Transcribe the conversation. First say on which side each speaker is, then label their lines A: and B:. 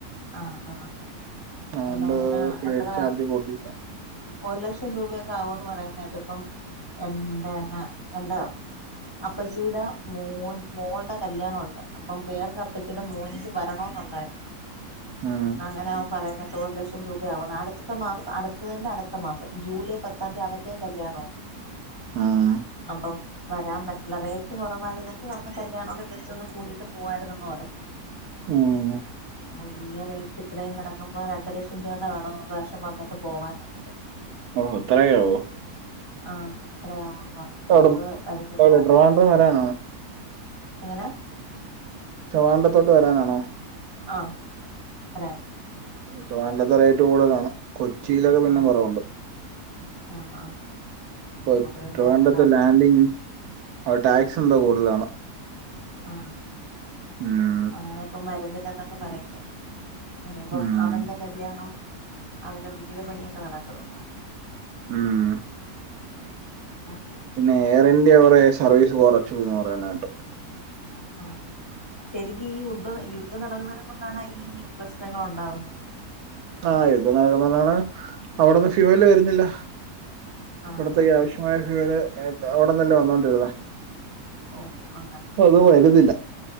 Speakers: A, on the left; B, on the right.
A: ആഹ് ആഹ് ആഹ്
B: അതുകൊണ്ട്
A: <unintelligible>
B: ഫ്ലൈറ്റ്
A: എത്ര
B: ചാർജ് കൂട്ടി.
A: ഒരു ലക്ഷം രൂപയൊക്കെ ആവുന്ന് പറയുന്നേട്ടു ഇപ്പം എന്റെന്നെ എന്റെ അപ്പച്ചീടെ മോൻ മോള്ടെ കല്യാണം ഉണ്ട് അപ്പം വേറൊരു അപ്പച്ചീടെ മോന്ക്ക് വരണന്നുണ്ടായിരുന്നു
B: ഉം
A: അങ്ങനെ പറയുന്നേട്ടു ഒരു ലക്ഷം രൂപയാവുന്ന് അട്ത്ത മാസം അട്ത്തതിന്റെ അട്ത്ത മാസം ജൂലൈ പത്താം തീയതി അവന്റെ കല്യാണാണ്
B: ഉം
A: അപ്പം വരാൻ പറ്റില്ല റേറ്റ് കൊറവായിരുന്നെങ്കി വന്ന് കല്യാണൊക്കെ ജസ്റ്റോന്ന് കൂടീട്ട് പോവാര്ന്ന് എന്ന് പറഞ്ഞ്
B: ഉം
A: ഓഹ് ഈ റേറ്റ് ഇത്രേയും കെടക്കുമ്പോ രണ്ട് ലക്ഷം രൂപാണ്ട് വേണോം ഒര്റാശ്യം വന്നിട്ട് പോവാനായിട്ട്
B: ഓഹ് അത്രേയാവോ
A: ആഹ് അത്രയാവൂന്ന് പറഞ്ഞ് അത്
B: അവിടെ
A: കൊണ്ട് വരുന്നില്ല
B: എവിടെ ട്രിവാൻഡ്രം
A: എന്ന്
B: വരാനാണോ?
A: എങ്ങനെ
B: ട്രിവാൻഡ്രത്തോട്ട് വരാനാണോ
A: ആഹ് അതെ
B: ട്രിവാൻഡ്രത്ത് റേറ്റ് കൂട്തലാണ് കൊച്ചിയിലൊക്കെ പിന്നിം
A: ആഹ്
B: കൊറവ്ണ്ട്
A: ആഹ് ആഹ്
B: <unintelligible>
A: അത് പിന്നെ
B: ട്രിവാൻഡ്രത്ത്
A: പിള്ളേർ
B: ലാൻഡിങ് അത് ടാക്സെന്തോ കൂട്തലാണ്
A: ആഹ്
B: ഉം
A: അങ്ങനെ ഇപ്പം വരുന്നില്ലന്നൊക്കെ പറയുമ്പേ ഇനിയിപ്പം
B: ഉം
A: അവന്റെ കല്യാണം അവരെ വീട് പണിയൊക്കെ നടക്കുന്നൂന്ന് പറയുന്നു
B: ഉം
A: ആഹ്
B: പിന്നെ എയർ ഇന്ത്യ കൊറേ സർവീസ് കൊറച്ചൂന്ന് പറയ്ന്ന കേട്ടു
A: ആഹ് ആഹ് ശരിക്കും ഈ യുദ്ധം യുദ്ധം നടക്കുന്നതിനെ കൊണ്ടാണ് ഈ പ്രശ്നങ്ങള് ഉണ്ടാവുന്നത്
B: ആഹ് ഇത് <unintelligible> അവിട്ന്ന് ഫ്യൂവല് വര്ന്നില്ല
A: ആഹ്
B: ഇവിടെത്തെ
A: ആഹ്
B: ഈ ആവശ്യ മായ ഫ്യൂവല് അവിട്ന്നല്ലെ വന്നോണ്ടിര്ന്നേ
A: ഓഹ് അങ്ങനെ
B: അത് വരുന്നില്ല